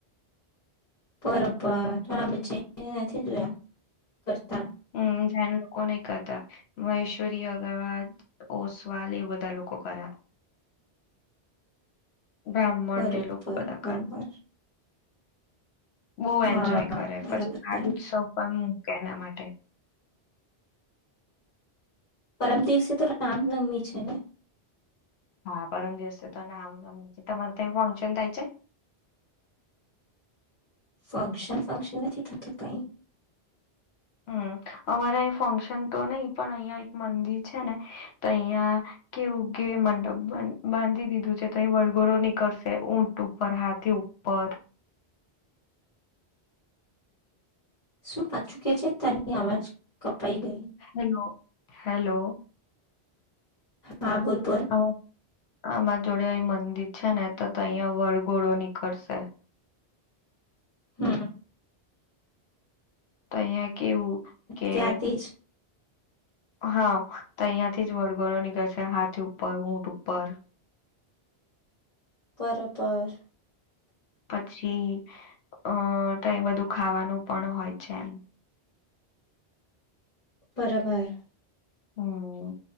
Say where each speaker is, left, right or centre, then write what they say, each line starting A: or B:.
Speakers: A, on the left; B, on the left.
A: બરોબર હ બી જઈને નથી જોયા કરતા.
B: હમ ધન લોકો નહી કરતા મહેશ્વરી અગાવા ઓસવાલ એ બધા લોકો કર્યા. બ્રાહ્મણને
A: બરોબર
B: લોકો બલાાકાર.
A: બરોબર
B: બહુ
A: હા
B: એન્જોય
A: હા
B: કરે
A: બરાબર
B: પછી સાાગ
A: બરાબર
B: ઉત્સવ પણ. કેના માટે.
A: પરમ દિવસે તો રામનવમી છે ને.
B: હા પરમ દિવસે તો આમ તમારે તં ફંક્શન થાય છે.
A: ફંક્શન ફંક્શન નથી થતું કઈ.
B: હમ અમારા અહીં ફંક્શન તો નહી પણ અહિયાં એક મંદિર છે ને તો અહિયાં કેવું કે મંડપ બાંધી દીધું છે તો અહીં વડઘોરો નીકળશે ઊંટ ઉપર હાથે ઉપર.
A: શું કચું કેજ તની આર કપ. પૈ ગઈ.
B: Hello hello.
A: હા બોલ બોલ
B: હા આમાં જોડે મંદિર છે ને તો અહીં વળઘોળો નીકળશે.
A: હા.
B: <inaudible> કેવું કે
A: ત્યાંથી જ
B: હા તો અહીિયાયાથી જ વળગરો નીકળશે હાથી ઉપર ઊટ ઉપર.
A: બરાપર.
B: પછી અ કઈ બધું ખાવાનું પણ હોય છે એમ.
A: બરાબર.
B: હમ